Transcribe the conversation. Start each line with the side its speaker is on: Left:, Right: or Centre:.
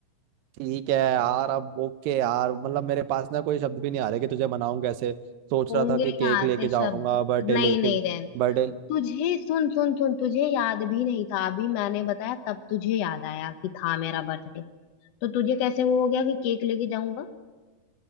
Right: ठीक है यार अब ओके यार मतलब मेरे पास ना कोई शब्द भी नहीं आ रहे कि तुझे मनाऊं कैसे सोच
Left: होंगे
Right: रहा था कि
Left: यहाँ
Right: केक लेके
Left: से शब्द
Right: जाऊंगा बर्थडे
Left: नहीं
Right: लेके
Left: नहीं रहन
Right: बर्थडे
Left: तुझे सुन सुन सुन तुझे याद भी नहीं था अभी मैंने बताया तब तुझे याद आया कि था मेरा बर्थडे तो तुझे कैसे वो हो गया कि केक लेके जाऊंगा